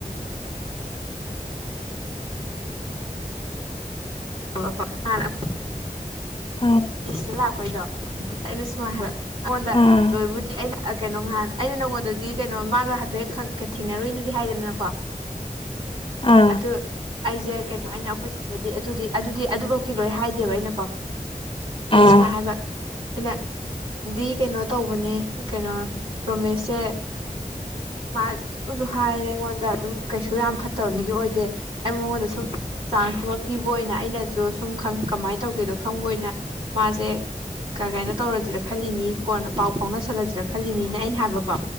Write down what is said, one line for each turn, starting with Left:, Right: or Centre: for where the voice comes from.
Right: <unintelligible>
Left: ꯎꯝ
Right: ꯂꯤꯁꯇ ꯂꯥꯛꯄꯩꯗꯣ ꯑꯩꯅ ꯁꯨꯃꯥ ꯍꯥꯢꯕ ꯑꯩꯉꯣꯟꯗ
Left: ꯎꯝ
Right: ꯂꯣꯏꯕꯨꯗꯤ ꯑꯩꯅ ꯀꯩꯅꯣ ꯉꯍꯥꯟ ꯑꯩꯅ ꯅꯣꯡꯉꯣꯟꯗꯗꯤ ꯀꯩꯅꯣ ꯃꯥꯒ ꯍꯥꯏꯐꯦꯠ ꯊꯦꯡꯅꯔꯨꯅꯗꯤ ꯍꯥꯏꯗꯅ
Left: ꯎꯝ
Right: ꯑꯗꯨ ꯑꯩꯁꯦ ꯀꯩꯅꯣ ꯑꯩꯅ ꯑꯩꯈꯣꯏꯗꯗꯤ ꯑꯗꯨꯗꯤ ꯑꯗꯨꯗꯤ ꯑꯗꯨꯐꯧꯛꯇꯤ ꯂꯣꯏ ꯍꯥꯏ ꯀꯥꯏꯅ ꯋꯥ
Left: ꯎꯝ
Right: ꯁꯃꯥ ꯍꯥꯏꯕ ꯑꯩꯅ ꯗꯤ ꯀꯩꯅꯣ ꯇꯧꯕꯅꯦ ꯀꯩꯅꯣ ꯔꯣꯃꯦꯁꯁꯦ ꯃꯥ ꯑꯗꯨꯁꯨ ꯍꯥꯏꯔꯦ ꯑꯩꯉꯣꯟꯗ ꯑꯗꯨꯝ ꯀꯩꯁꯨ ꯌꯥꯝ ꯐꯠꯇꯕ ꯃꯤꯁꯨ ꯑꯣꯏꯗꯦ ꯑꯩ ꯃꯉꯣꯟꯗ ꯁꯨꯝ ꯆꯥꯟꯁ ꯑꯃ ꯄꯤꯕ ꯑꯣꯏꯅ ꯑꯩꯅꯁꯨ ꯁꯨꯝ ꯈꯪ ꯀꯃꯥꯏꯅ ꯇꯧꯒꯦꯗꯣ ꯈꯪꯕ ꯑꯣꯏꯅ ꯃꯥꯁꯦ ꯀ ꯀꯥꯏꯅꯣ ꯇꯧꯔꯁꯤꯔꯥ ꯈꯜꯂꯤꯅꯤ ꯀꯣꯟꯅ ꯄꯥꯎ ꯐꯥꯎꯅꯁꯜꯂꯁꯤꯔꯥ ꯈꯜꯂꯤꯅꯤꯅ ꯑꯩꯅ ꯍꯥꯏꯕꯀꯣ